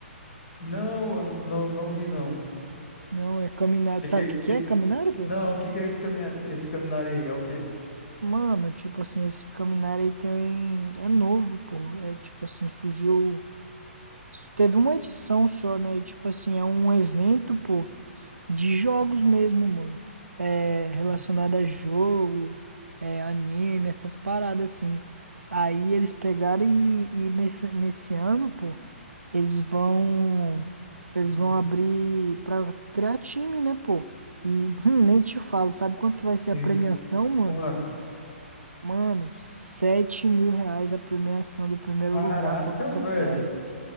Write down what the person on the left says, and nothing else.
Não, eu não, não não vi, não.
Que que,
que,
não, o que que é esse caminhar, esse caminhar aí? É o quê?
Uhum,
uhum.
Sim,
sim.
Quanto?
Caraca,
velho.